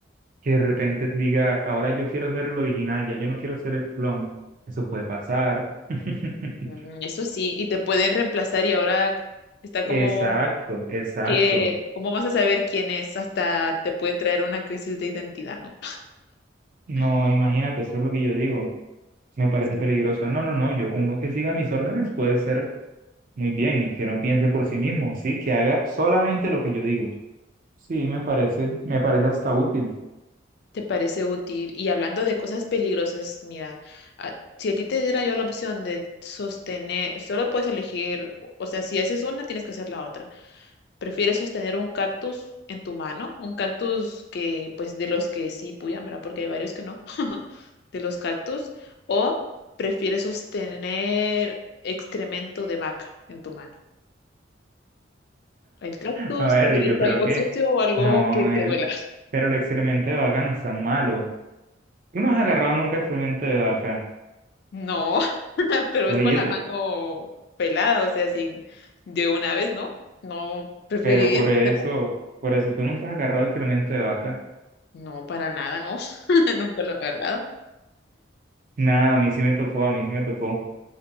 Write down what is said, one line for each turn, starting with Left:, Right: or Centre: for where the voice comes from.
Right: que de repente diga, ahora yo quiero ser el original, ya yo no quiero ser el clon. Eso puede pasar. <laughs>
Left: Mm, eso sí, y te pueden reemplazar y ahora está
Right: Exacto,
Left: como
Right: exacto.
Left: que, ¿cómo vas a saber quién es? Hasta te puede traer una crisis de identidad, ¿no?
Right: No,
Left: <gasps>
Right: imagínate, eso es lo que yo digo. me parece
Left: Sí.
Right: peligroso. No, no, no, yo, uno que siga mis órdenes puede ser muy bien y que no piense por sí mismo, sí, que haga solamente lo que yo digo. Sí, me parece,
Left: Mm.
Right: me parece hasta útil.
Left: te parece útil. Y hablando de cosas peligrosas, mira, a- si a ti te diera yo la opción de sostener, solo puedes elegir, o o sea, si haces una, tienes que hacer la otra. ¿Prefieres sostener un cactus en tu mano? Un cactus que, pues, de los que sí puyan, ¿verdad? Porque hay varios que no, <laughs> de los cactus. ¿O prefieres sostener excremento de vaca en tu mano? ¿El cactus?
Right: A ver,
Left: ¿Prefieres
Right: yo creo
Left: algo
Right: que
Left: sucio o algo
Right: no,
Left: que te
Right: el-
Left: duela?
Right: pero el experimento de vaca no es tan malo. Tú no has agarrado nunca experimento de vaca,
Left: No, <laughs> pero
Right: oye,
Left: es con la mano pelada, o sea, así de una vez, ¿no? ¿No preferirías
Right: pero por eso,
Left: hacerlo?
Right: por eso tú nunca has agarrado experimento de vaca.
Left: No, para nada, no. <laughs> Nunca lo he agarrado.
Right: Nada, a mí sí me tocó, a mí sí me tocó.